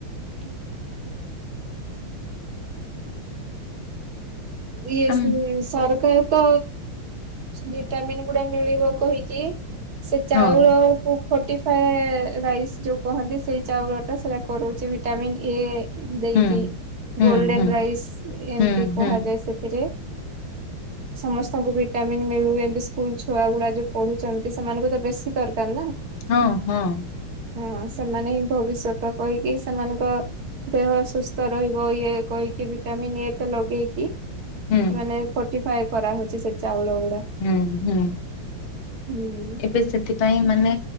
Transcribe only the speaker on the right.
ହଁ। ଏସା-ସାରକା
ତ ଭିଟାମିନ୍ ଗୁଡା ମିଳିବ କହିକି ସେ ଚାଉଳକୁ
ଫୋଟି ଫାଏ ରାଇସ୍ ଯୋଉ କହନ୍ତି ସେଇ ଚାଉଳ ଟା ସେଇଟା କରାଉଛି ଭିଟାମିନ୍ ଏ ଦେଇକି
ଗୋଲଡେନ
ରାଇସ୍ ଏମିତି
କୁହାଯାଏ
ସେଥିରେ। ସମସ୍ତଙ୍କୁ ଭିଟାମିନ ମିଳୁ ଏମିତି ସ୍କୁଲ ଛୁଆ ଗୁଡା ଯୋଉ ପଢୁଛନ୍ତି ସେମାନଙ୍କୁ ଦେବେ। ବେଶୀ ଦରକାର ନା।
ହଁ ସେମାନେ ହିଁ ଭବିଷ୍ୟତ କହିକି ସେମାନଙ୍କ ଦେହ ଅସୁସ୍ଥ ରହିବ ଇଏ କହିକି ଭିଟାମିନ ଏ ଟା ଦେଇକି
ମାନେ ଫୋଟିଫାଏ କରା ହଉଛି ସେ ଚାଉଳ ଗ
ହୁଁ।